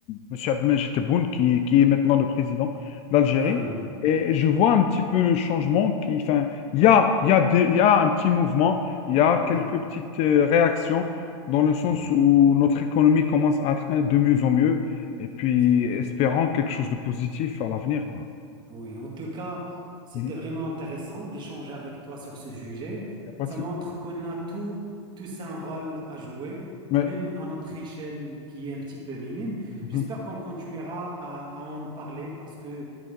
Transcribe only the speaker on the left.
Monsieur Abdelmajid Tebboune, qui, qui est maintenant le président d'Algérie.
Et je vois un petit peu le changement qui, enfin, il y a, il y a des- il y a un petit mouvement, il y a
quelques petites euh, réactions dans le sens
où notre économie commence à être hein, de mieux en mieux. Et puis,
espérant quelque chose de positif à l'avenir, quoi.
Mhm.
Y a pas
de souci.
Ouais.
Mhm.